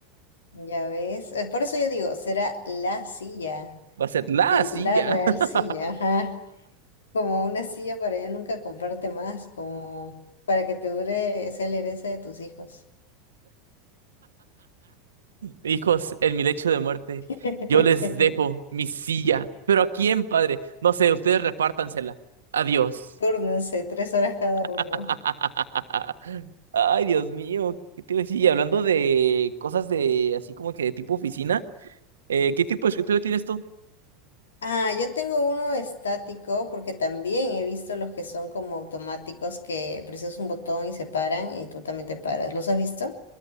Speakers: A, on the left; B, on the right.
A: ya ves. Eh, Por eso yo digo, será la silla,
B: Va a ser la
A: la
B: silla.
A: real
B: <laughs>
A: silla. Ajá. como una silla para ya nunca comprarte más, como para que te dure sea la herencia de tus hijos.
B: Hijos, en mi lecho de muerte,
A: <laughs>
B: yo les dejo mi silla. ¿Pero a quién, padre? No sé, ustedes repártansela. Adiós.
A: Túrnense, tres horas cada uno.
B: <laughs> Ay, Dios mío, ¿qué te iba a decir? Y hablando de cosas de así como que de tipo oficina, eh, ¿qué tipo de escritorio tienes tú?
A: Ah, yo tengo uno estático porque también he visto los que son como automáticos que presionas un botón y se paran y tú también te paras. ¿Los has visto?